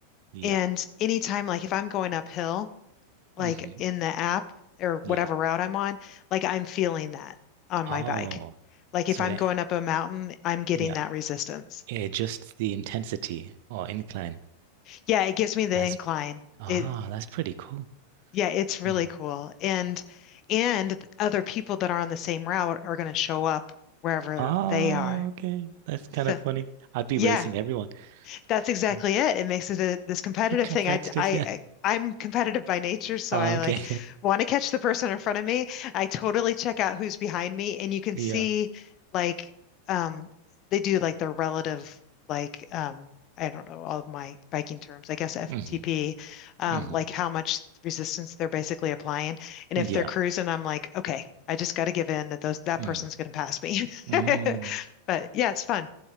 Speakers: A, on the right (about 50°); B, on the left (about 35°).
A: Yeah.
B: And anytime, like if I'm going uphill, like
A: hmm
B: in the app or whatever
A: Yeah.
B: route I'm on, like I'm feeling that on
A: Oh.
B: my bike. Like
A: So
B: if I'm
A: it,
B: going up a mountain, I'm getting
A: yeah,
B: that resistance.
A: it adjusts the intensity or incline.
B: Yeah, it gives me the
A: That's
B: incline.
A: ah,
B: It
A: that's pretty cool.
B: yeah, it's really
A: Mm.
B: cool. And and other people that are on the same route are going to show up wherever
A: Oh,
B: they are.
A: okay. That's kind
B: So
A: of funny. I'd be
B: yeah.
A: racing everyone.
B: that's exactly
A: Mm.
B: it. It makes it a, this competitive
A: <laughs> Competitive,
B: thing. I, I,
A: yeah.
B: I'm competitive by nature, so
A: Ah,
B: I
A: okay.
B: like want to catch the person in front of me. I totally check out who's behind me, and you can
A: <laughs>
B: see
A: Yeah.
B: like um, they do like their relative like um, I don't know all of my biking terms, I guess FTP,
A: hmm
B: um,
A: hmm
B: like how much resistance they're basically applying, and
A: Yeah.
B: if they're cruising, I'm like, okay, I just got to give in that those that
A: Mm.
B: person's going to pass me.
A: Mm.
B: <laughs> But yeah, it's fun.